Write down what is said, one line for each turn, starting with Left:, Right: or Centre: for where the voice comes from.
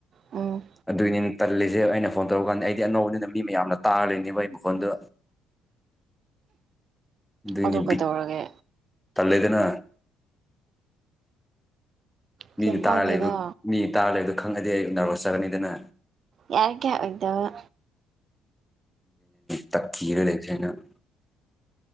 Right: ꯎꯝ
Centre: ꯑꯗꯨꯒꯤꯅꯤ ꯇꯜꯂꯤꯁꯦ ꯑꯩꯅ ꯐꯣꯟ ꯇꯧꯔꯀꯥꯟꯗ ꯑꯩꯗꯤ ꯑꯅꯧꯕꯅꯤꯅ ꯃꯤ ꯃꯌꯥꯝꯅ ꯇꯥꯔ ꯂꯩꯔꯤꯅꯦꯕ ꯑꯩ ꯐꯣꯟꯗꯨ ꯑꯗꯨꯏꯅꯦ
Right: ꯑꯗꯨ ꯀꯩꯗꯧꯔꯒꯦ
Centre: ꯕꯤ ꯇꯜꯂꯦꯗꯥꯅ ꯃꯤꯅ
Right: ꯀꯩꯝ ꯀꯥꯏꯗꯦꯗ
Centre: ꯇꯥꯔ ꯂꯩꯕꯗ ꯃꯤꯅ ꯇꯥꯔ ꯂꯩꯕꯗꯨ ꯈꯪꯉꯗꯤ ꯑꯩ ꯅꯥꯔꯣ ꯆꯠꯔꯅꯤꯗꯅ
Right: ꯌꯥꯔ ꯀ ꯑꯣꯏꯗꯕ
Centre: ꯇꯛ ꯀꯤꯔꯥ ꯂꯩꯊꯣꯛꯑꯥ ꯂꯩꯌꯦ ꯅꯪ